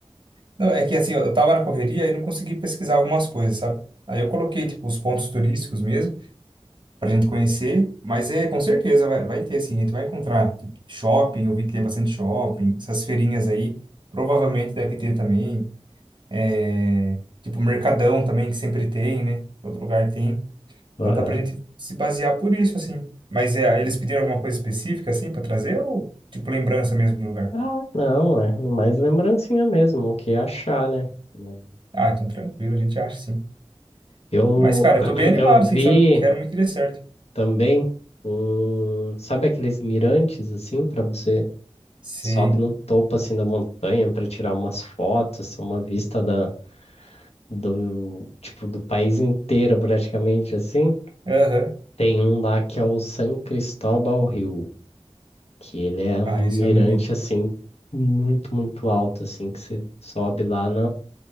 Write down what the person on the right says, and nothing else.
Não, é que assim, eu eu tava na correria e não consegui pesquisar algumas coisas, sabe? Aí eu coloquei, tipo, os pontos turísticos mesmo. pra gente conhecer, mas é com certeza vai, vai ter, assim, a gente vai encontrar tipo, shopping, eu vi que tem bastante shopping, essas feirinhas aí, provavelmente deve ter também, é, tipo mercadão também, que sempre tem, né? Todo lugar tem.
Então dá pra gente se basear por isso, assim. Mas é, eles pediram alguma coisa específica, assim, pra trazer ou, tipo, lembrança mesmo do lugar?
Ah, então tranquilo, a gente acha, sim.
Mas, cara, eu
tô bem animado,
assim, sabe? Quero muito que dê certo.
Sei.
Aham.
Ah,
esse eu não vi.